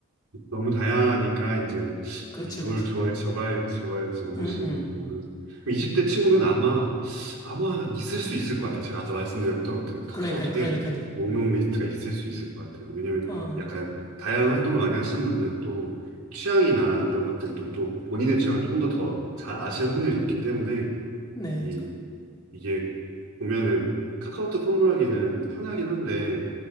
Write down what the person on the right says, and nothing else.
너무 다양하니까 이제
이걸
좋아할지 저거 할지 저거 할지 모르시겠구나.
20대 친구면 아마 아마 있을 수 있을 것 같아요. 제가 아까 말씀드렸던 그 카카오톡에
목록 리스트가 있을 수 있을 것 같아요. 왜냐면
약간 다양한 활동을 많이 하시는 분들은 또 취향이나 이런 것들도 또 본인의 취향을 좀 더 더 잘 아실 확률이 높기 때문에
이
이게 보면은 카카오톡 선물하기는 편하긴 한데